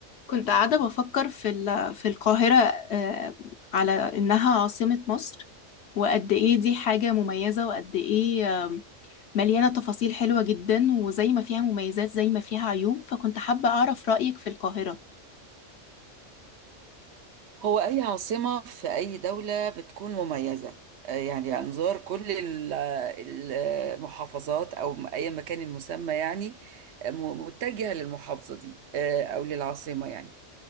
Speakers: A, on the left (about 65°); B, on the right (about 65°).
A: كنت قاعدة بفكر في ال- في القاهرة آه، على إنها عاصمة مصر وقد إيه دي حاجة مميزة وقد إيه آم، مليانة تفاصيل حلوة جدا وزي ما فيها مميزات زي ما فيها عيوب فكنت حابة أعرف رأيك في القاهرة
B: هو أي عاصمة في أي دولة بتكون مميزة آه، يعني أنظار كل ال- آه، المحافظات أو م- أي مكان المسمى يعني آه، م- متجهة للمحافظة دي آه، أو للعاصمة يعني